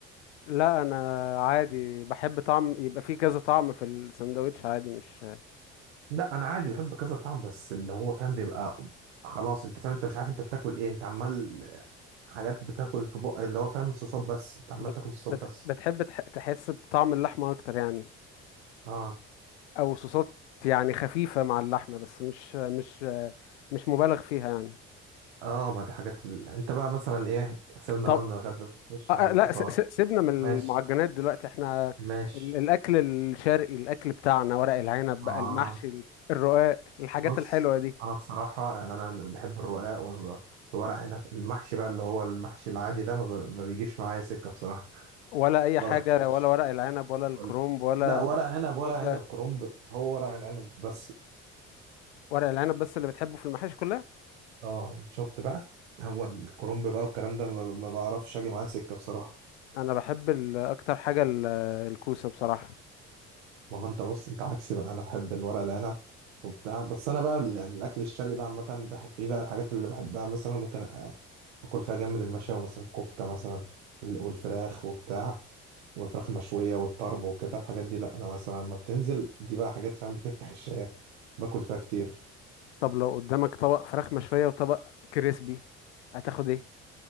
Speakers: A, on the left; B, on the right.
A: لا انا عادي بحب طعم يبقى فيه كذا طعم في الساندوتش عادي مش
B: لا انا عادي بحب كذا طعم بس اللي هو فاهم بيبقى خلاص انت فاهم انت مش عارف انت بتاكل ايه انت عمال حاجات بتاكل في بق اللي هو فاهم صوصات بس انت عمال
A: بت
B: تاكل صوصات
A: بت
B: بس
A: بتحب تح- تحس بطعم اللحمه اكتر يعني
B: اه
A: او صوصات يعني خفيفه مع اللحمه بس مش مش مش مبالغ فيها يعني
B: اه ما دي حاجات ال... انت بقى مثلا ايه سيبنا
A: طب
B: بقى من الغدا نخش
A: آه آه،
B: على الفطار
A: لا س- س- سيبنا من
B: ماشي
A: المعجنات دلوقتي احنا
B: ماشي
A: ال- الاكل الشرقي الاكل بتاعنا ورق العنب
B: اه
A: بقى المحشي الرقاق الحاجات
B: بص
A: الحلوه دي
B: انا بصراحة يعني انا بحب الرقاق وال- والورق عنب المحشي بقى اللي هو المحشي العادي ده ما, ب... ما بيجيش معايا سكة بصراحة
A: ولا اي
B: ما
A: حاجه
B: بحبوش
A: ولا ورق العنب ولا الكرومب
B: وال-
A: ولا
B: لا ورق عنب
A: الكوسه
B: ورق عنب كرنب هو ورق العنب بس
A: ورق العنب بس اللي بتحبه في المحاشي كلها
B: اه شفت بقى هو الكرنب بقى والكلام ده ما ما بعرفش اجي معاه سكه بصراحه
A: انا بحب ال- اكتر حاجه ال- الكوسه بصراحه
B: ما هو انت بص انت عكسي بقى انا بحب الورق العنب وبتاع بس انا بقى ال- يعني الاكل الشرقي بقى عامه بحب فيه بقى الحاجات اللي بحبها مثلا ممكن أ- اكل فيها جامد المشاوي مثلا الكفته مثلا وال- والفراخ وبتاع والفراخ المشويه والطرب وكده الحاجات دي لا انا مثلا لما بتنزل دي بقى حاجات فاهم بتفتح الشهيه باكل فيها كتير
A: طب لو قدامك طبق فراخ مشويه وطبق كريسبي هتاخد ايه